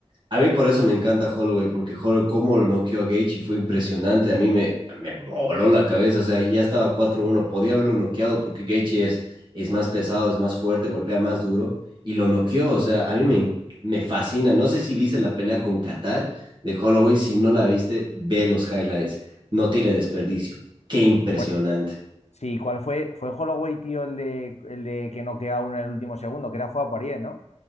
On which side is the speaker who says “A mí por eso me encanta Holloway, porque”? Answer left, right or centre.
Right